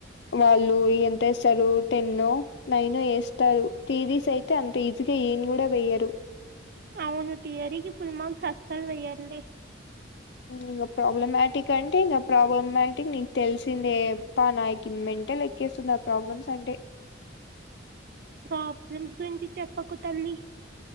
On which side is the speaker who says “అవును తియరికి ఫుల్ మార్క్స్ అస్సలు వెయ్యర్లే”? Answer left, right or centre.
Right